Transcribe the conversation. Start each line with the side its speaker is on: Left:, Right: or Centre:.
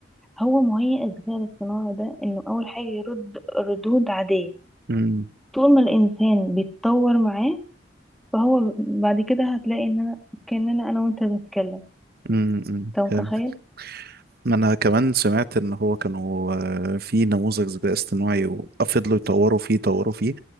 Centre: هو مهيئ الذكاء الاصطناعي ده إنه أول حاجة يرد ردود عادية
Right: م-
Centre: طول ما الإنسان بيتطور معاه فهو بعد كده هتلاقي إن أنا كأننا أنا وأنت بنتكلم
Right: م- م.
Centre: أنت متخيل؟
Right: فهمت. ما أنا كمان سمعت إن هو كانوا آه، في نموذج ذكاء اصطناعي وفضلوا يطوروا فيه يطوروا فيه